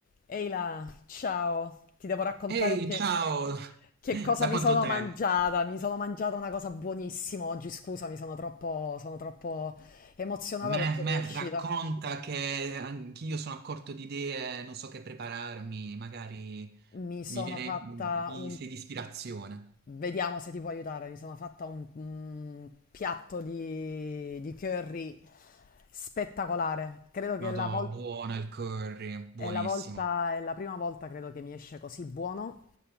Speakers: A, on the left; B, on the right.
A: Ehi là, ciao, ti devo raccontare
B: Ehi,
A: che,
B: ciao!
A: che cosa
B: Da
A: mi
B: quanto
A: sono
B: tempo?
A: mangiata. Mi sono mangiata una cosa buonissima oggi, scusami, sono troppo, sono troppo emozionata
B: Me,
A: perché
B: me,
A: mi è uscita.
B: racconta che anch'io sono a corto di idee, non so che prepararmi, magari
A: Mi sono
B: mi viene,
A: fatta
B: mi
A: un...
B: sei di ispirazione.
A: vediamo se ti può aiutare, mi sono fatta un, un piatto di, di curry spettacolare. Credo
B: Madò,
A: che la vol-
B: buono il curry, buonissimo.
A: è la volta, è la prima volta credo che mi esce così buono